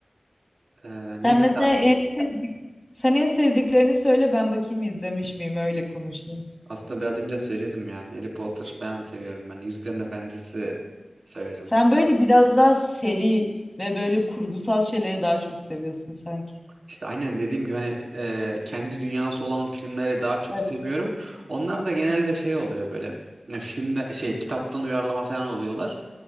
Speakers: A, on the right (about 80°); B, on the left (about 15°).
A: Ee,
B: Sen
A: ne
B: mesela
A: tarz?
B: en sevdik sen en sevdiklerini söyle ben bakayım izlemiş miyim öyle konuşayım.
A: Aslında biraz önce söyledim yani Harry Potter falan seviyorum ben. Yüzüklerin Efendisi severim.
B: Sen böyle biraz daha seri ve böyle kurgusal şeyleri daha çok seviyorsun sanki.
A: İşte aynen dediğim gibi hani e, kendi dünyası olan filmleri daha çok
B: Evet.
A: seviyorum. Onlar da genelde şey oluyor böyle e, filmde şey kitaptan uyarlama falan oluyorlar.